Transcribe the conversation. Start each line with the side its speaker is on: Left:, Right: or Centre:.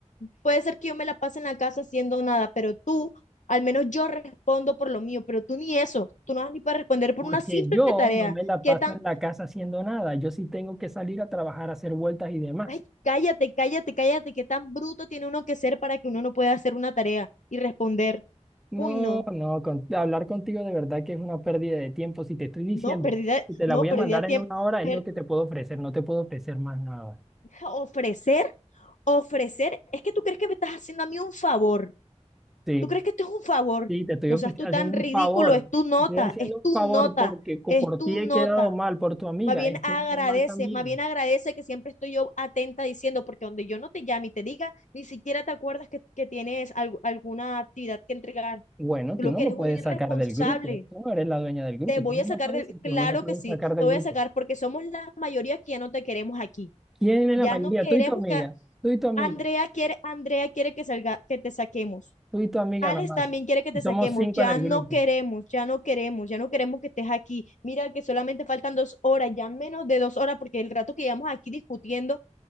Left: puede ser que yo me la pase en la casa haciendo nada, pero tú, al menos yo respondo por lo mío, pero tú ni eso, tú no vas ni para responder por
Centre: porque
Left: una simple
Centre: yo
Left: tarea.
Centre: no me la paso
Left: ¿Qué tan
Centre: en la casa haciendo nada, yo sí tengo que salir a trabajar, a hacer vueltas y demás.
Left: Ay, cállate, cállate, cállate, qué tan bruto tiene uno que ser para que uno no pueda hacer una tarea y responder,
Centre: No,
Left: uy, no,
Centre: no, con- hablar contigo de verdad que es una pérdida de tiempo. Si te estoy diciendo
Left: no, perdida,
Centre: que te la
Left: no,
Centre: voy
Left: perdida
Centre: a mandar
Left: tiempo.
Centre: en una hora,
Left: Per-
Centre: es lo que te puedo ofrecer, no te puedo ofrecer más nada.
Left: ofrecer, ofrecer, es que tú crees que me estás haciendo a mí un favor,
Centre: Sí,
Left: tú crees que esto es un favor,
Centre: sí, te estoy
Left: no
Centre: ofre-
Left: seas tú
Centre: haciendo
Left: tan
Centre: un
Left: ridículo,
Centre: favor,
Left: es tu nota,
Centre: te estoy haciendo
Left: es
Centre: un
Left: tu
Centre: favor
Left: nota,
Centre: porque co-
Left: es
Centre: por
Left: tu
Centre: ti he
Left: nota.
Centre: quedado mal, por tu amiga
Left: Más bien
Centre: he quedado
Left: agradece,
Centre: mal también.
Left: más bien agradece que siempre estoy yo atenta diciendo, porque donde yo no te llame y te diga, ni siquiera te acuerdas que, que tienes algu- alguna actividad que entregar.
Centre: Bueno,
Left: tú
Centre: tú
Left: lo
Centre: no
Left: que
Centre: me
Left: eres
Centre: puedes
Left: un irresponsable.
Centre: sacar del grupo. Tú no eres la dueña del grupo.
Left: Te voy
Centre: Tú no
Left: a sacar
Centre: me puedes,
Left: de,
Centre: tú
Left: claro
Centre: no me puedes
Left: que sí,
Centre: sacar del
Left: te voy
Centre: grupo.
Left: a sacar porque somos la mayoría que ya no te queremos aquí.
Centre: ¿Quién es
Left: Ya
Centre: la mayoría?
Left: no queremos
Centre: Tú y tu amiga.
Left: que
Centre: Tú y tu amiga.
Left: Andrea quiere, Andrea quiere que salga, que te saquemos.
Centre: Tú y tu amiga
Left: Alex
Centre: nada más.
Left: también quiere que
Centre: Y
Left: te
Centre: somos
Left: saquemos.
Centre: cinco
Left: Ya
Centre: en el
Left: no
Centre: grupo.
Left: queremos, ya no queremos, ya no queremos que estés aquí. Mira que solamente faltan dos horas, ya menos de dos horas, porque el rato que llevamos aquí discutiendo,